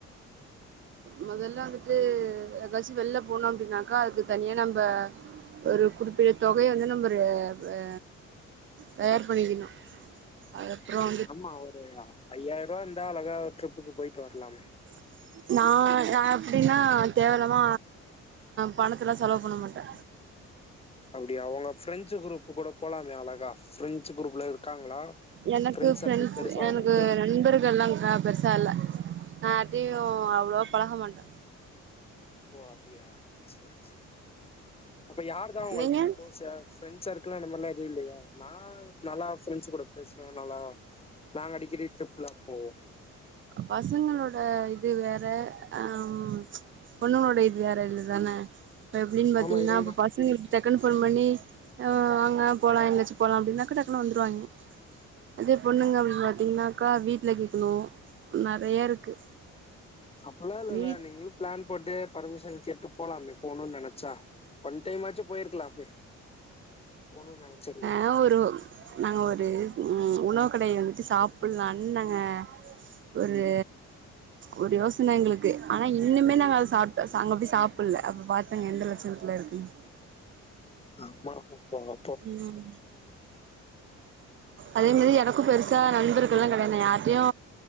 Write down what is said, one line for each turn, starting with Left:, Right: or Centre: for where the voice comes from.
Right: மொதல்லா வந்துட்டு ஏதாச்சு வெள்ள போனோம் அப்படின்னாக்கா அதுக்கு தனியா நம்ம ஒரு குறிப்பிட்ட தொகையை வந்து நம்பரு அ அ தயார் பண்ணிக்கணும் அதுப்புறம்
Left: ஆமா ஒரு ஐயாயிரூபா இருந்தா அழகா ட்ரிப்புக்கு போயிட்டு வரலாமே
Right: <inaudible> நா நா எப்டின்னா தேவயில்லாம பணத்துலா செலவு பண்ண மாட்டே
Left: அப்படியா உங்க ஃப்ரெஞ்சு குரூப் கூட போலாமே அழகா பிரெஞ்சு குரூப்ல இருக்காங்களா
Right: எனக்கு
Left: ஃப்ரெண்ட்ஸ்
Right: ஃப்ரண்ட்ஸ்
Left: சர்க்கிள் பெருசா
Right: எனக்கு
Left: உங்களுக்கு
Right: நண்பர்கள்லாம் பெருசா இல்ல நா யார்ட்டயும் அவ்வளவா பழக மாட்டே
Left: ஓ அப்டியா சரி சரி அப்ப யாரு தா உங்களுக்கு
Right: நீங்க
Left: குளோஸ் ஃப்ரண்ட்ஸா சர்க்கிள் அந்த மார்லாம் எவும் இல்லயா நா நல்லா ஃப்ரண்ட்ஸ் கூட பேசுவே நல்லா நாங்க அடிக்கடி ட்ரிப்ல்லாம் போவோ
Right: பசங்களோட இது வேற ம் பொண்ணுங்ளோட இது வேற இல்லதான இப்ப எப்டின் பாத்தீங்னா
Left: ஆமா இருங்க
Right: இப்ப பசங்ளுக்கு டக்குன் ஃபோன் பண்ணி அ வாங்க போலா எங்க்யாச்சு போலா அப்டினாக்கு டக்குனு வந்துருவாய்ங்க அதே பொண்ணுங்க அப்டின் பாத்தீங்னாக்கா வீட்ல கேக் ணு நெறையா இருக்கு
Left: அப்புலா இல்லல
Right: வீட்
Left: நீங்ளு பிளான் போட்டு பருமிஷன் கேட்டு போலாமே போணுன் நெனச்சா ஒன் டைம் ஆச்சு போய்ர்க்லாமே போணூ நெனச்சிருந்தா
Right: நா ஒரு நாங்க ஒரு ம் உணவு கடை வந்துட்டு சாப்புல்லானு நாங்க ஒரு ஒரு யோசன எங்ளுக்கு ஆனா இன்னுமே நாங்க அத சாப்ட் அங்க போய் சாப்புல்ல அப்பு பாத்தங்க எந்த லட்ச்ணத்துல இருக்குன்
Left: எங்யானா போய்ட்வாங்க
Right: ம் அதே மாரி எனக்கு பெருசா நண்பர்கள்லா கெடயா நா யார்ட்டியு